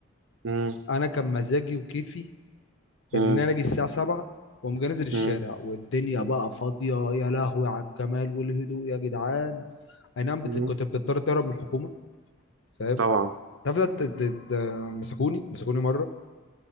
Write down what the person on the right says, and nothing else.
مم.
مم.
مم.
مم.
طبعا